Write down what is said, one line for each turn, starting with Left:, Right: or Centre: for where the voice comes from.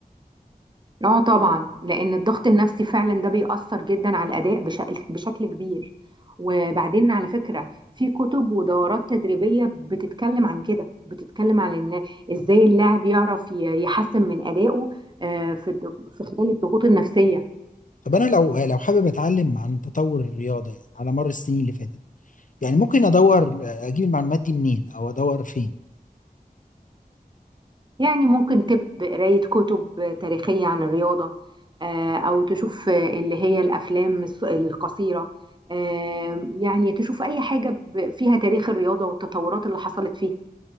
Right: اه طبعا لان الضغط النفسي فعلا ده بيأثر جدا على الاداء بشكل بشكل كبير وبعدين على فكره في كتب ودورات تدريبيه بتتكلم عن كده بتتكلم عن ان ازاي اللاعب يعرف ي- يحسن من ادائه آه، في الض- في خلال الضغوط النفسيه
Left: طب أنا لو لو حابب أتعلم عن تطور الرياضة يعني على مر السنين اللي فاتت يعني ممكن ادور اجيب المعلومات دي منين او ادور فين
Right: يعني ممكن تب قراية كتب تاريخية عن الرياضة آه، أو تشوف آه، اللي هي الأفلام الص- القصيرة آه، يعني تشوف أي حاجة ب- فيها تاريخ الرياضة والتطورات اللي حصلت فيها